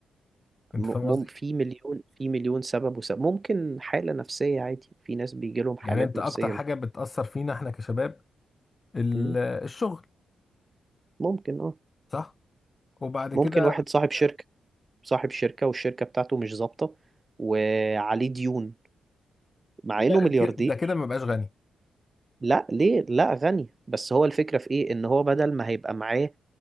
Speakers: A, on the left (about 25°); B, on the right (about 20°).
A: انت
B: م-
A: فاهم قصدي
B: مم في مليون في مليون سبب وسبب ممكن حالة نفسية عادي في ناس بيجي لهم حالات
A: يعني انت
B: نفسية
A: اكتر حاجة بتأثر فينا احنا كشباب ال-
B: مم،
A: الشغل
B: ممكن اه
A: صح وبعد
B: ممكن
A: كده
B: واحد صاحب شركة صاحب شركة والشركة بتاعته مش ظابطة وعليه ديون مع
A: لا
B: انه ملياردير
A: ك- ده كده ما بقاش غني
B: لا ليه لا غني بس هو الفكرة في ايه ان هو بدل ما هيبقى معاه